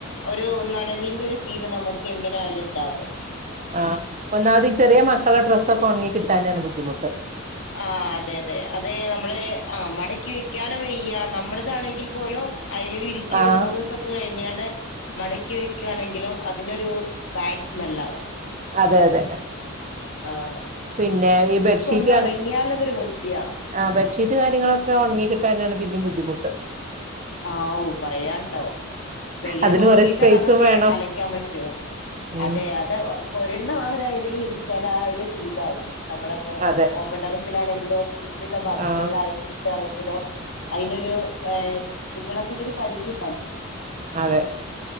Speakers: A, on the left; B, on the right.
A: ഒരു, നനവിന്റെ ഒരു, ഫീല് നമുക്ക് എങ്ങനായാലും ഇണ്ടാകും.
B: ആഹ്. ഒന്നാമതീ ചെറിയ മക്കളെ, ഡ്രസ്സൊക്കെ ഒണങ്ങി കിട്ടാനാണ് ബുദ്ധിമുട്ട്.
A: ആഹ്. അതെ, അതെ, അതെ നമ്മള് ആഹ്, മടക്കി വെക്കാനും വെയ്യ, നമ്മള്- താണെങ്കിൽ പോലും, അയലിൽ വിരിച്
B: ആഹ്
A: ഒരു മൂന്ന്- ക്കൊക്കെ കഴിഞ്ഞാണ്ട്, മടക്കി വെക്കാണെങ്കിലും അതിനൊരു ബാഡ് സ്മെല്ലാണ്.
B: അതെ അതെ.
A: ആഹ്.
B: പിന്നെ, ഈ ബെഡ് ഷീറ്റ്-
A: ട്ട്, ഒണങ്ങ്യാ ലതൊര് വൃത്തിയാ.
B: ആഹ്, ബെഡ് ഷീറ്റ് കാര്യങ്ങളൊക്കെ ഒണങ്ങി കിട്ടാനാണ് പിന്നീം ബുദ്ധിമുട്ട്.
A: ഹാവൂ, പറയാണ്ടോ? വെയില്
B: അതിന്
A: നോക്കി
B: കൊറേ
A: യിട്ടാണ്
B: സ്പേസും
A: അതൊക്കെ
B: വേണം
A: അലക്കാൻ പറ്റു.
B: ഉം
A: അതെ, അത് ഒരെണ്ണം ആ യലില് വിരിച്ചാല് ആഹ്, അയല് ഫില്ലായി. നമ്മള പ്പോ
B: അതെ
A: ഓപ്പൺ ടെറസി ലാണെങ്കിലും, ഷീറ്റിട്ട ഭാഗങ്ങൾലാ
B: ആ
A: ണെങ്കിലും അതിനൊരു, ഏഹ് നീളത്തിനൊരു പരിധിണ്ട ല്ലോ?
B: അതെ,